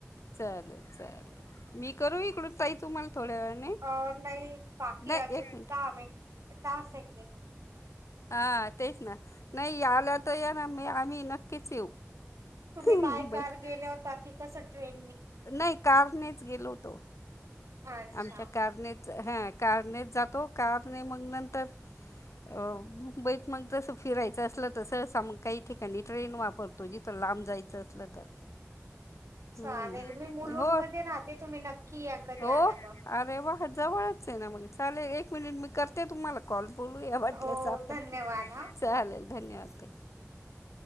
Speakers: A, on the left (about 75°); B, on the right (about 80°).
A: चालेल चालेल मी करू इकडून पा तुम्हाला थोड्या वेळाने
B: अ नाही बाकी
A: नाही
B: अजून
A: एक
B: दहा
A: मिनिट
B: मिनट दहा सेकंड
A: हा तेच ना नाही आल्या तर या ना म आम्ही नक्कीच येऊ
B: तुम्ही
A: मुंबईत
B: बाय कार गेल्या होता की कस ट्रेल
A: नाही कारनेच गेलोतो
B: अच्छा
A: आमच्या कारनेत हा कारनेत जातो कारणे मग नंतर
B: <inaudible>
A: मुंबईत मग जस फिरायचं असलं तसम काही ठिकाणी ट्रेन वापरतो जिथं लांब जायचं असलं तर
B: चालेल
A: हम्म
B: मी मुलूं
A: हो
B: मध्ये राहते तुम्ही नक्की या कधी
A: हो
B: आल्या
A: अरे
B: तर.
A: वा जवळच ना मग चालेल एक मिनिट मी करते तुम्हाला कॉल बोलूया वाटल्याच
B: हो
A: आपण
B: धन्यवाद हा.
A: चालेल धन्यवाद